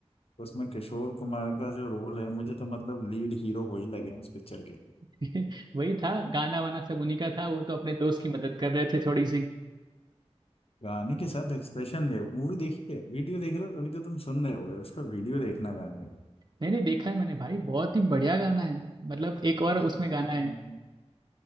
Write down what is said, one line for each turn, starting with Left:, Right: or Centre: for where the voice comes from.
Left: उसमें किशोर कुमार का जो रोल है मुझे तो मतलब लीड हीरो वही लगे हैं उस पिक्चर के
Right: <laughs> वही था गाना वाना सब उन्हीं का था वो तो अपने दोस्त की मदद कर रहे थे थोड़ी सी
Left: गाने के साथ एक्सप्रेशन दे मूवी देखिए वीडियो देख रहे हो अभी तो तुम सुन रहे होगे उसका वीडियो देखना गाने का
Right: नहीं नहीं देखा है मैंने भाई बहुत ही बढ़िया गाना है मतलब एक और
Left: किशोर
Right: उसमें गाना
Left: कुमार
Right: है